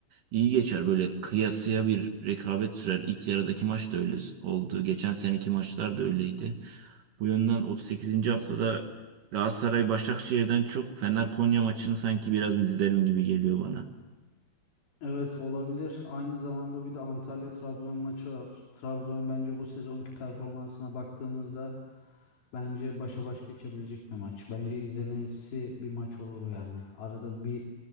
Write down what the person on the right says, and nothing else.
iyi geçer. Böyle kıyasıya bir rekabet sürer. İlk yarıdaki maç da öyle oldu. Geçen seneki maçlar da öyleydi. Bu yönden 38. haftada Galatasaray-Başakşehir'den çok Fener-Konya maçını sanki biraz izlerim gibi geliyor bana.